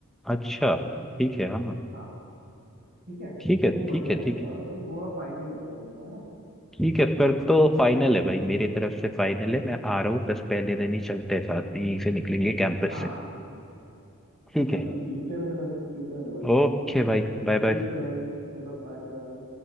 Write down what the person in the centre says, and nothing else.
अच्छा ठीक है हाँ
ठीक है
ठीक है
ठीक है
ठीक है फिर तो फाइनल है भाई मेरी तरफ से फाइनल है मैं आ रहा हूँ बस पहले दिन ही चलते हैं साथ में यहीं से निकलेंगे कैंपस
से
ठीक
है
ओके भाई बाय
बाय